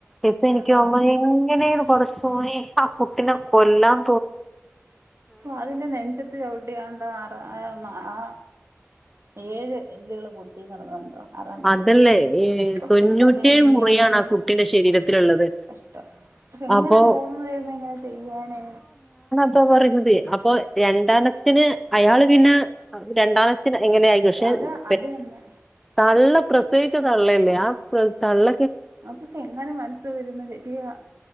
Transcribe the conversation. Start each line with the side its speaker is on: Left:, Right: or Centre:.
Centre: ഇപ്പ എനിക്കോന്നു
Right: അതാണ്
Centre: എങ്ങെനേണ്‌ <unintelligible> പിന്നെ കൊല്ലാം
Right: അതിന്റെ നെഞ്ചത്ത് ചവിട്ടിയാണ് ആ ആ ഏഴ് എല്ലുകള് പൊട്ടി നടങ്ങുന്നുണ്ടോ ആറാ മതി
Centre: അതല്ലേ ഈ
Right: ഒ
Centre: തൊണ്ണൂറ്റേഴ്
Right: എനിക്കറിയാം
Centre: മുറിയാണ്
Right: എങ്ങനെ
Centre: ആ കുട്ടിന്റെ ശരീരത്തിലുള്ളത്
Right: കഷ്ടം എങ്ങനെ
Centre: അപ്പൊ
Right: തോന്നുന്നത് ദൈവമേ ഇങ്ങനെ ചെയ്യാന്
Centre: ഇപ്പൊ പറയുന്നതെ അപ്പൊ രണ്ടനച്ചന് അയാള് പിന്നെ രണ്ടാന എങ്ങനെയായി കക്ഷേ
Right: അത് അത്
Centre: പെട്ട്
Right: തന്നെ
Centre: തള്ള പ്രസവിച്ച തള്ളല്ലേ ആ തള്ള
Right: അതൊക്ക എങ്ങനെ മനസ്സ് വരുന്ന ശെരിയ